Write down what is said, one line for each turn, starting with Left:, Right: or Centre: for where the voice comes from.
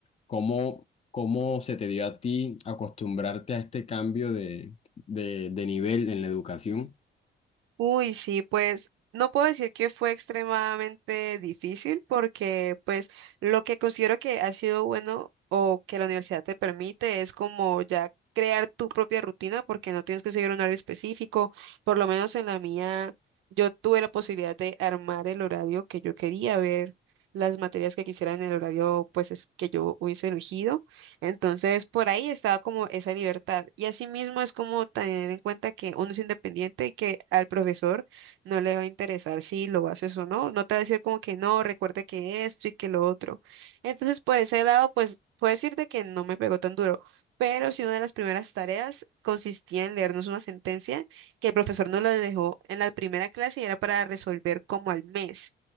Left: ¿cómo, cómo se te dio a ti acostumbrarte a este cambio de, de, de nivel en la educación?
Right: Uy, sí, pues no puedo decir que fue extremadamente difícil porque pues lo que considero que ha sido bueno o que la universidad te permite es como ya crear tu propia rutina porque no tienes que seguir un horario específico. Por lo menos en la mía yo tuve la posibilidad de armar el horario que yo quería ver las materias que quisiera en el horario pues es que yo hubiese elegido. Entonces, por ahí estaba como esa libertad. Y asimismo es como tener en cuenta que uno es independiente y que al profesor no le va a interesar si lo haces o no. No te va a decir como que no, recuerde que esto y que lo otro. Entonces, por ese lado, pues puedo decirte que no me pegó tan duro. Pero sí una de las primeras tareas consistía en leernos una sentencia que el profesor nos la dejó en la primera clase y era para resolver como al mes.